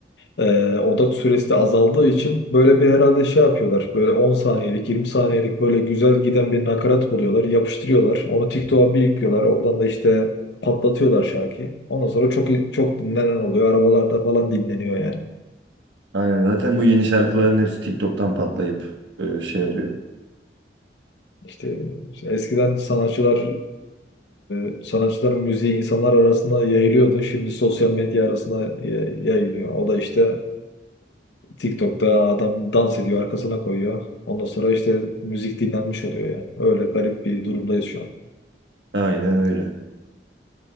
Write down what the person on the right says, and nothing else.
Aynen zaten bu yeni şarkıların hepsi TikTok'tan patlayıp e, şey oluyor.
Aynen öyle.